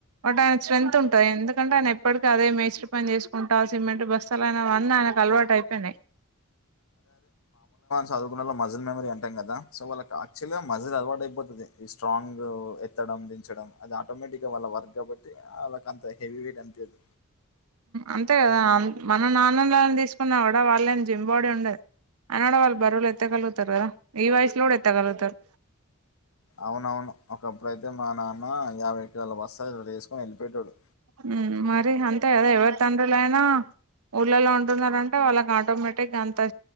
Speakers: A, on the right; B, on the left.
A: బట్ ఆయన స్ట్రెంత్ ఉంటది ఎందుకంటే ఆయన ఎప్పటికి అదే మేస్త్రి పని చేసుకుంటా సిమెంట్ బస్తలుయిన అన కల్వా టైపనేయ్
B: చదువుకున్నల్లో మజిల్ మెమరీ అంటాం కద సో వాళ్ళ ఆక్చువల్గా మజిల్ అలవాటు అయిపోతుంది ఈ స్ట్రాంగ్ డం దించడం అది ఆటోమేటిక్గా వాళ్ళ వర్క్ కాబట్టి వాళ్ళకి అంత హెవీ వెయిట్ అంతేది
A: అంతే కదా మన నాన్నని తీసుకున్నా కూడా వాళ్ళ జిమ్ బాడీ ఉండది అయిన గూడ వాళ్ళు బరువులు ఎత్తగలుగుతారు కదా ఈ వయసులో కూడ ఎత్తగలుగుతారు
B: అవునవును ఒకప్పుడు అయితే మా నాన్న యాభై కిలోల బస్స్తా ఇలా తీసుకుని వెళ్ళిఫోటోడు
A: ఉమ్ మరి అంతే కదా ఎవరి తండ్రులయినా ఊళ్ళల్లో ఉంటున్నారంటే వాళ్ళకి ఆటోమేటిక్గా అంత